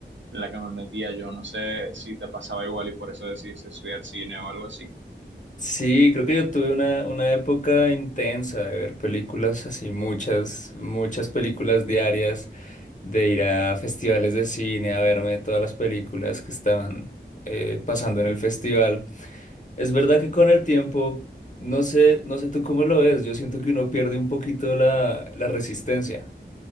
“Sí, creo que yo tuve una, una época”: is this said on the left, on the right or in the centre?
Left